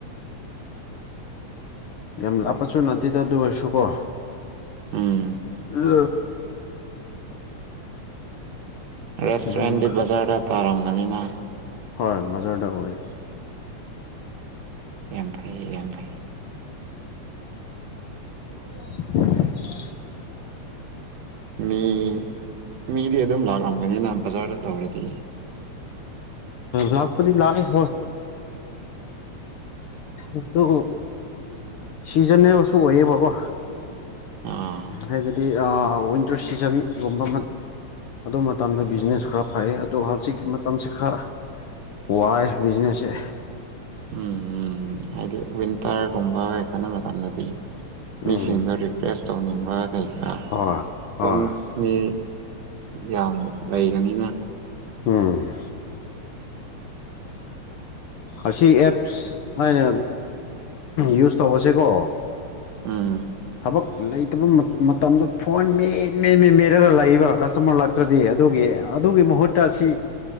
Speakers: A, on the right; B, on the left.
A: <unintelligible>
B: ꯌꯥꯝꯦꯝ ꯂ ꯄꯆꯣꯅ ꯇꯤꯗꯗꯨ ꯑꯣꯏꯁꯨꯨ ꯀꯣ
A: ꯎꯝ
B: ꯎ
A: ꯔꯦꯁꯇꯨꯔꯦꯟꯗꯤ
B: ꯌꯥꯝ
A: ꯕꯖꯥꯔꯗ ꯇꯥꯔꯝꯒꯅꯤꯅ
B: ꯍꯣꯏ ꯃꯖꯔꯗ ꯑꯣꯏ
A: ꯑꯡ ꯐꯩꯌꯦ ꯌꯥꯝꯡ ꯐꯩꯌꯦ
B: <unintelligible>
A: ꯃꯤ ꯃꯤꯗꯤ ꯑꯗꯨꯝ ꯂꯥꯛꯂꯝꯝꯒꯅꯤꯅ ꯕꯖꯥꯔꯗ ꯇꯧꯔꯗꯤ
B: ꯂꯥꯛꯄꯗꯤ ꯂꯑ ꯍꯣꯏ ꯑꯗꯨ ꯁꯤꯖꯟꯅꯦ ꯑꯃꯁꯁꯨ ꯑꯣꯏꯌꯦꯕꯀꯣ
A: ꯑꯥ
B: ꯍꯥꯏꯕꯗꯤ ꯋꯤꯟꯇꯔ ꯁꯤꯖꯟꯒꯨꯝꯕ ꯑꯗꯨ ꯃꯇꯝꯗ ꯕꯤꯖꯤꯅꯦꯁ ꯈꯔ ꯐꯩ ꯑꯗꯨꯒ ꯍꯧꯖꯤꯛ ꯃꯇꯝꯁꯤ ꯈꯔ ꯋꯥꯏ ꯕꯤꯖꯤꯅꯦꯁꯦ
A: ꯎꯝ ꯎꯝ ꯍꯥꯏꯗꯤ ꯋꯤꯟꯇꯔꯒꯨꯝꯕ ꯀꯩꯈꯣꯏꯅ ꯃꯇꯝꯗꯗꯤ ꯃꯤꯁꯤꯡꯗꯣ
B: ꯎꯝ
A: ꯔꯤꯐ꯭ꯔꯦꯁ ꯇꯧꯅꯤꯡꯕ ꯐꯩꯀꯥ
B: ꯍꯣꯏ
A: ꯁꯨꯝ
B: ꯍꯣꯏ
A: ꯃꯤ ꯌꯥꯝ ꯂꯩꯒꯅꯤꯅ
B: ꯎꯝ ꯑꯁꯤ ꯑꯦꯞꯁ ꯑꯅ ꯌꯨꯁ ꯇꯧꯕꯁꯦꯀꯣ
A: ꯎꯝ
B: ꯊꯕꯛ ꯂꯩꯇꯕ ꯃꯇꯝꯗ ꯐꯣꯟ ꯃꯦꯟ ꯃꯦꯟ ꯃꯦꯟ ꯃꯦꯔꯒ ꯂꯥꯛꯏꯕ ꯀꯁꯇꯃꯔ ꯂꯥꯛꯇ꯭ꯔꯗꯤ ꯑꯗꯨꯒꯤ ꯑꯗꯨꯒꯤ ꯃꯍꯨꯠꯇ ꯑꯁꯤ